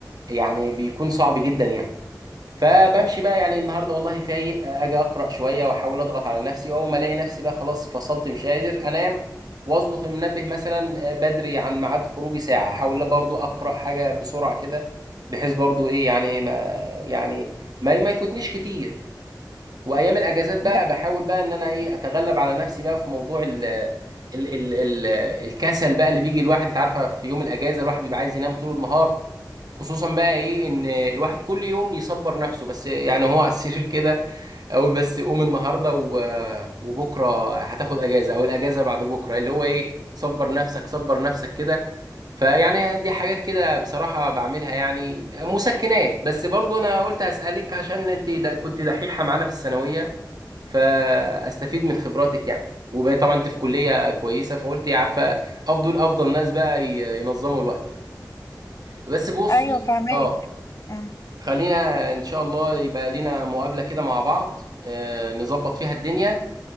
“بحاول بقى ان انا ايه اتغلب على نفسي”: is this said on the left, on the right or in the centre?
Right